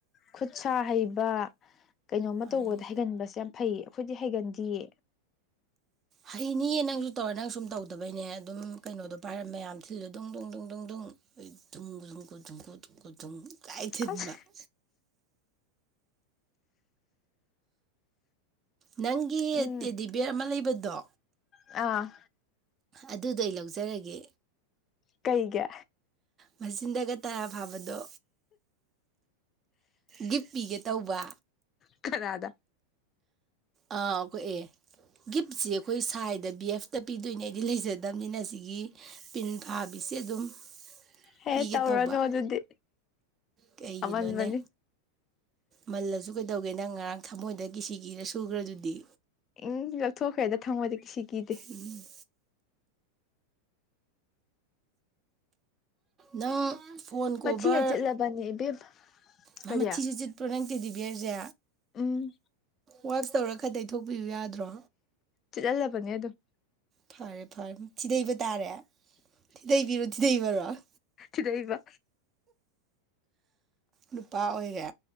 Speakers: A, on the left; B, on the right.
A: ꯈꯨꯠ ꯁꯥ ꯍꯩꯕ ꯀꯩꯅꯣꯝꯃ
B: ꯃꯥꯅꯤ
A: ꯇꯧꯕꯗ ꯍꯩꯒꯟꯕꯁꯦ ꯌꯥꯝ ꯐꯩꯌꯦ ꯑꯩꯈꯣꯏꯗꯤ ꯍꯩꯒꯟꯗꯤꯌꯦ
B: ꯍꯩꯅꯤ ꯅꯪꯁꯨ ꯇꯧꯔꯦ ꯅꯪ ꯁꯨꯝ ꯇꯧꯗꯕꯩꯅꯦ ꯑꯗꯨꯝ ꯀꯩꯅꯣꯗꯣ ꯄꯥꯏꯔ ꯃꯌꯥꯝ ꯊꯤꯜꯂꯣ ꯗꯨꯡ ꯗꯨꯡ ꯗꯨꯡ ꯗꯨꯡ ꯍ ꯊꯨꯝ ꯊꯨꯝ ꯀꯣꯠ ꯊꯨꯝ ꯀꯣ ꯊꯨꯝ ꯀꯣꯠ ꯊꯨꯝ ꯀꯥꯏ ꯊꯤꯟꯕ
A: ꯑꯁ
B: <unintelligible> ꯅꯪꯒꯤ
A: ꯎꯝ
B: ꯇꯦꯗꯤꯕꯤꯌꯔ ꯑꯃ ꯂꯩꯕꯗꯣ
A: ꯑꯥ
B: ꯑꯗꯨꯗꯣ ꯑꯩ ꯂꯧꯖꯔꯒꯦ
A: ꯀꯩꯒꯤ
B: ꯃꯆꯤꯟꯗꯒ ꯇꯔꯥ ꯐꯥꯕꯗꯣ ꯒꯤꯞ ꯄꯤꯒꯦ ꯇꯧꯕ
A: ꯀꯅꯥꯗ
B: ꯑꯥ ꯑꯈꫭꯏ ꯑꯦ ꯒꯤꯐꯁꯦ ꯑꯩꯈꯣꯏ ꯁꯥꯏꯗ ꯕꯤ ꯑꯦꯐꯇ ꯄꯤꯗꯣꯏꯅꯦ ꯑꯩꯗꯤ ꯂꯩꯖꯗꯕꯅꯤꯅ ꯑꯁꯤꯒꯤ ꯄꯤꯟ ꯐꯥꯕꯤꯁꯦ ꯑꯗꯨꯝ
A: ꯍꯦ
B: ꯄꯤꯒꯦ
A: ꯇꯧꯔꯅꯨ
B: ꯇꯧꯕ
A: ꯑꯗꯨꯗꯤ
B: ꯀꯩꯒꯤꯅꯣꯅꯦ
A: ꯑꯃꯟꯕꯅꯤ
B: ꯃꯜꯂꯁꯨ ꯀꯩꯗꯧꯒꯦ ꯅꯪ ꯉꯔꯥꯡ ꯊꯃꯣꯏꯗ ꯀꯤꯁꯤꯀꯤꯔ ꯁꯨꯈ꯭ꯔꯗꯨꯗꯤ
A: ꯏꯪ ꯂꯧꯊꯣꯛꯈ꯭ꯔꯦꯗ ꯊꯝꯃꯣꯗꯤ ꯀꯁꯤ ꯀꯤꯗꯦ
B: ꯎꯝ ꯅꯪ ꯐꯣꯟ ꯀꯣꯕꯔ
A: ꯃꯊꯤꯒ ꯆꯤꯠꯂꯕꯅꯦ ꯏꯕꯦꯝ
B: ꯃꯥ
A: ꯀꯔꯤ
B: ꯃꯊꯤꯆꯤꯠ ꯄ꯭ꯔꯣꯅꯪ ꯇꯦꯗꯤꯕꯤꯌꯔꯁꯦ
A: ꯎꯝ
B: ꯋꯥꯞ ꯇꯧꯔ ꯈꯔ ꯇꯩꯊꯣꯛꯄꯤꯌꯨ ꯌꯥꯗ꯭ꯔꯣ
A: ꯆꯠꯍꯜꯂꯕꯅꯤ ꯑꯗꯨꯝ
B: ꯐꯔꯦ ꯐꯔꯦ ꯊꯤꯗꯩꯕ ꯇꯥꯔꯦ ꯊꯤꯗꯩꯕꯤꯔꯣ ꯊꯤꯗꯩꯕꯥꯔꫭ
A: ꯊꯤꯗꯩꯕ
B: ꯅꯨꯄꯥ ꯑꯣꯏꯔꯦ